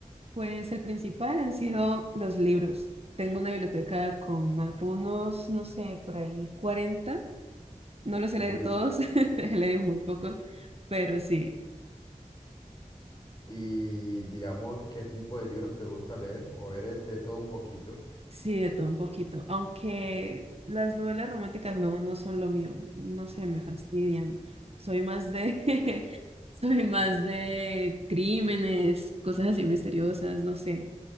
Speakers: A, on the right; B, on the left.
A: Pues el principal han sido los libros. Tengo una biblioteca con algunos, no sé, por ahí 40. No los he
B: Uy.
A: leído todos, <laughs> he leído muy pocos, pero sí.
B: Y digamos, ¿qué tipo de libros te gusta leer? ¿O eres de todo un poquito?
A: Sí, de todo un poquito. Aunque las novelas románticas no, no son lo mío. No sé, me fastidian. Soy más de, <laughs> soy más de crímenes, cosas así misteriosas, no sé.